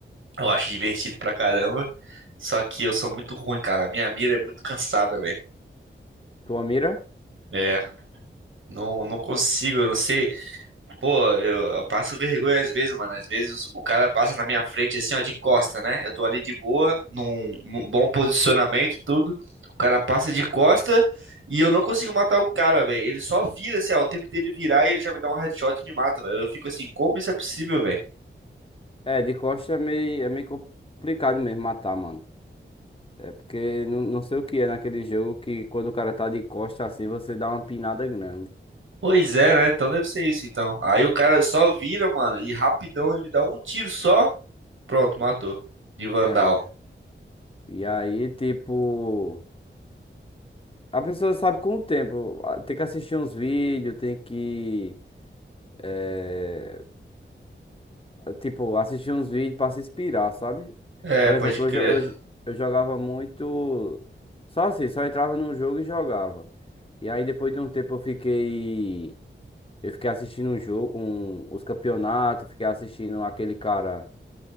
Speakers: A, on the right; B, on the left.
A: Eu acho divertido pra caramba. Só que eu sou muito ruim, cara. A minha mira é muito cansada, velho.
B: Tua mira?
A: É. Não, não consigo, eu não sei. Pô, eu, eu passo vergonha às vezes, mano. Às vezes o cara passa na minha frente assim, ó, de costa, né? Eu tô ali de boa, num, num bom posicionamento, e tudo. O cara passa de costa e eu não consigo matar o cara, velho. Ele só vira, assim, ó, o tempo dele virar e ele já me dá um headshot e me mata, velho. Eu fico assim, como isso é possível, velho?
B: É, de costa é meio, é meio complicado mesmo matar, mano. É porque não, não sei o que é naquele jogo que quando o cara tá de costa assim, você dá uma pinada grande.
A: Pois é, né? Então deve ser isso, então. Aí o cara só vira, mano, e rapidão ele me dá um tiro só. Pronto, matou. De Vandal.
B: É. E aí, tipo, a pessoa sabe com o tempo. Ah, Tem que assistir uns vídeos, tem que, eh, tipo, assistir uns vídeos pra se inspirar, sabe?
A: É,
B: Por
A: pode
B: exemplo,
A: crer.
B: eu, jo- eu, jo- eu jogava muito. Só assim, só entrava num jogo e jogava. E aí, depois de um tempo, eu fiquei. Eu fiquei assistindo um jogo, um, os campeonatos, fiquei assistindo aquele cara.